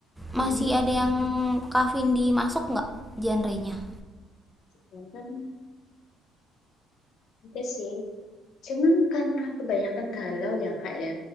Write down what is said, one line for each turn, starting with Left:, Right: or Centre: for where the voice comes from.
Centre: masih
Left: Mm-mm.
Centre: ada yang Kavin dimasuk nggak genrenya
Left: Ya kan? Itu sih. Cuman karena kebanyakan galau ya kak ya.